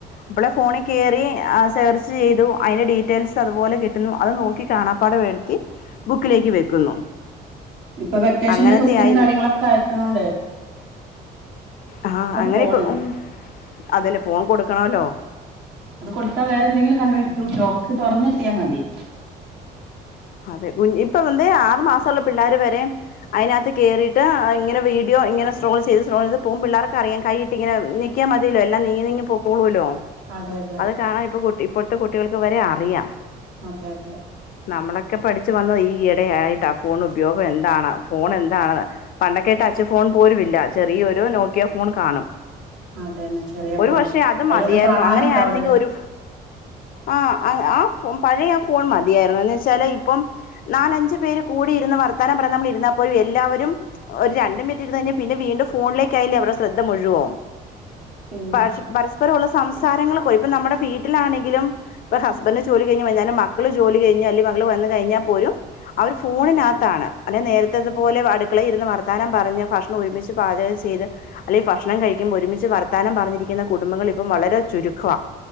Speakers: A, on the left; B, on the right.
A: അപ്പോളെ ഫോണിൽ കയറി സെർച്ച് ചെയ്തു അതിന്റെ ഡീറ്റെയിൽസ് അതുപോലെ കിട്ടുന്നു അത് നോക്കി കാണാപ്പാട എഴുതി ബുക്കിലേക്ക് വെക്കുന്നു.
B: ഇപ്പൊ വെക്കേഷനില്
A: അങ്ങനത്തെ
B: കൊസ്റ്റീനും
A: ആയി
B: കാര്യങ്ങളൊക്കെ അയക്കണോണ്ടെ
A: ആഹ് അങ്ങനെ
B: ഫോണ്
A: ഇപ്പൊ ഉ അതന്നെ ഫോൺ കൊടുക്കണല്ലോ
B: അത് കൊടുത്താ വേറെ എന്തെങ്കിലും കണ്ടോ ഇ ലോക്കി തുറന്നെത്തിയാൽ മതി
A: അതെ കു ഇപ്പൊ എന്തേ ആറു മാസമുള്ള പിള്ളേര് വരെയും അയിനത്ത് കേറിട്ട്ഇങ്ങനെ വീഡിയോങ്ങനെ സ്രോള് ചെയ്ത് സ്ട്രോളിത് പോം പിള്ളേർക്കറിയാം കയിട്ട് ട്ട്ങ്ങനെ നെക്കിയാൽ മതിയല്ലോ എല്ലാം നീങ്ങി നീങ്ങ പോക്കൊളോല്ലോ
B: അതെ തെ
A: താഴ് പ്പൊ കുട്ടി ഇപ്പോഴ്ത്തെ കുട്ടികൾക്ക് വരെ അറിയാം
B: അതെ തെ
A: നമ്മളൊക്കെ പഠിച്ചു വന്നെ ഈടെയായിട്ടാ ഫോണുപയോഗന്താണ് ഫോൺ എന്താണ് പണ്ടൊക്കെ ടച്ച് ഫോൺ പോലുംല്ല ചെറിയൊരു നോക്കിയാ ഫോൺ കാണും
B: അതന്നെ ചെറിയ
A: ഒരു
B: ഫോണ്
A: പക്ഷേ അത്
B: അതിലൊന്നും
A: മതിയായിരുന്നു
B: കാണാനും
A: അങ്ങനൊയിരുന്നെങ്കിഒരു
B: ഉണ്ടാവില്ലല്ലോ
A: ആ അങ്ങ് ആ ഫൊ പഴയാ ഫോൺ മതിയായിരുന്നു എന്നെച്ചാല് ഇപ്പം നാലഞ്ചു പേര് കൂടി ഇരുന്ന് വർത്താനംപറയാനമ്മളിരുന്നാപോഴും എല്ലാവരും ഒരണ്ടു മിനിറ്റ് ഇരുന്നഴിഞ്ഞാൽ പിന്നെ വീണ്ടും ഫോണിലേക്കായിലെ അവർടെ ശ്രദ്ധ മുഴുവം
B: പിന്നെ
A: പഷ് പരസ്പരൊള്ള സംസാരങ്ങൾ ഇപ്പൊ നമ്മ്ടെ ഫീട്ടിലാണെങ്കിലും ഇപ്പ ഹസ്ബന്റ് ജോലി കഴിഞ് വൈന്നാലും മക്കള് ജോലി കഴിഞ്ഞാൽ മകള് വന്ന് കഴിഞ്ഞാ പോലും അവര് ഫോണിനകത്താണ് അല്ലെ നേരത്തതുപോലെ അടുക്കളെയിലിരുന്ന് വർത്താനം പറഞ്ഞ് ഭക്ഷ് ഒരുമിച്ച് പാചകം ചെയ്ത് അല്ലെങ്കി ഭക്ഷണം കഴിക്കുമ്പോ ഒരുമിച്ച് വർത്താനം പറഞ്ഞിരിക്കുന്ന കുടുംബങ്ങൾ ഇപ്പം വളരെ ചുരുക്കാ